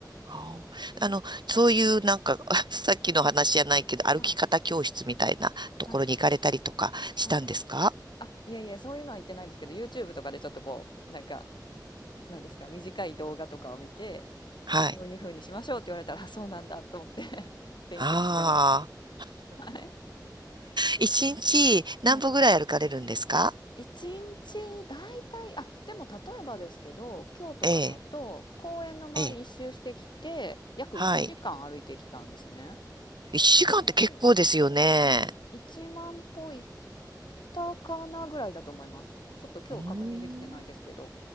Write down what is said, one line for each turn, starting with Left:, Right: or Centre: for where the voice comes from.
Right: あーあの、
Left: うん
Right: そういうなんか、<laughs> さっきの話じゃないけど、歩き方教室みたいなところに行かれたりとかしたんですか
Left: はいはいはいあいえいえそういうのは言ってないですけど YouTube とかでちょっとこうなんかなんですか短い動画とかを見て
Right: はい。
Left: こういうふうにしましょうって言われたら、あそうなんだと思って <laughs> 勉強してます。
Right: ああ。
Left: はい。
Right: 一日何歩ぐらい歩かれるんですか
Left: はい。一日だいたい、あ、でも例えばですけど、今日とかだと公園の周り一周してきて、
Right: ええええ、
Left: 約1時間歩いてきたんですね。
Right: はい。1時間って結構ですよね。
Left: で、はい、1万歩行ったかなぐらいだと思います。ちょっと今日確認できてないですけど、
Right: うーん。